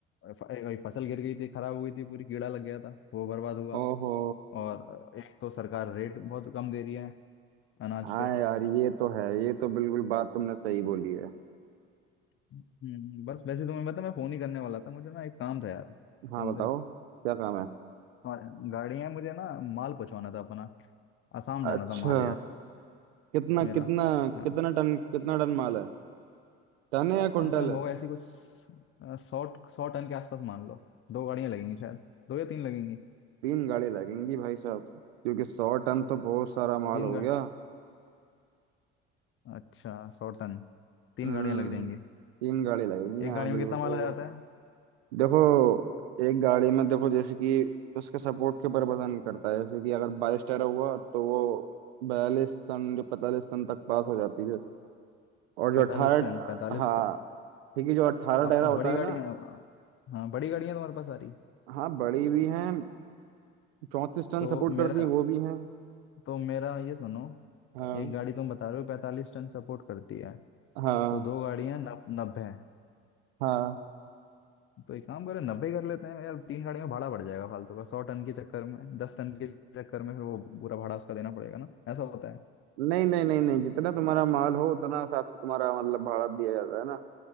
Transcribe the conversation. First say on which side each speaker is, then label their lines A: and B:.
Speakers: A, on the left; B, on the right.
A: फ- एक फसल गिर गई थी खराब हो गई थी पूरी कीड़ा लग गया था वो बर्बाद हुआ
B: ओहो
A: और एक तो सरकार रेट बहुत कम दे रही है अनाज
B: हाँ
A: पे
B: यार ये तो है ये तो बिल्कुल बात तुमने सही बोली है
A: हम्म, बस वैसे तुम्हें पता मैं फोन ही करने वाला था मुझे ना एक काम था यार तुमसे
B: हाँ बताओ क्या काम है
A: हमारे- गाड़ी है मुझे ना माल पहुंचवाना था अपना आसाम जाना
B: अच्छा
A: था माल यार
B: कितना
A: मेरा
B: कितना
A: हाँ
B: कितना टन कितना टन माल है टन है या
A: कम
B: कुंटल
A: से कम होगा
B: है
A: ऐसी कुछ अ, सौ सौ टन के आसपास मान लो दो गाड़ियां लगेंगी शायद दो या तीन लगेंगी
B: तीन गाड़ी लगेंगी भाई साहब क्योंकि सौ टन तो बहुत सारा माल
A: तीन
B: हो
A: गा
B: गया
A: अच्छा सौ टन तीन
B: हम्म
A: गाड़ियां लग जाएंगी
B: तीन गाड़ी लगेंगी
A: एक
B: हाँ
A: गाड़ी
B: बिल्कुल
A: में कितना
B: सही
A: माल आ जाता
B: बात है।
A: है
B: देखो एक गाड़ी में देखो जैसे कि उसके सपोर्ट के ऊपर वजन करता है जैसे कि अगर बाईस टायर हुआ तो वो बयालीस टन जो पैंतालीस टन तक पास हो जाती है और जो
A: पैंतालीस
B: अठारह
A: टन पैंतालीस
B: हाँ ठीक है जो अट्ठारह
A: आप
B: टायरा होता
A: बड़ी
B: है
A: गाड़ियां
B: ना
A: हाँ बड़ी गाड़ियां तुम्हारे पास आ रही
B: हाँ बड़ी भी हैं चौंतीस टन
A: तो
B: सपोर्ट
A: मेरा
B: करती हैं वो भी हैं
A: तो मेरा ये सुनो
B: हाँ
A: एक गाड़ी तुम बता रहे हो पैंतालीस टन सपोर्ट करती है
B: हाँ
A: तो दो गाड़ियां नब, नब्बे
B: हाँ
A: तो एक काम करें नब्बे ही कर लेते हैं यार तीन गाड़ियों का भाड़ा बढ़ जाएगा फालतू का सौ टन के चक्कर में दस टन के चक्कर में फिर वो पूरा भाड़ा उसका देना पड़ेगा ना ऐसा होता है
B: नहीं नहीं नहीं नहीं जितना तुम्हारा माल हो उतना हिसाब से तुम्हारा मतलब भाड़ा दिया जाता है ना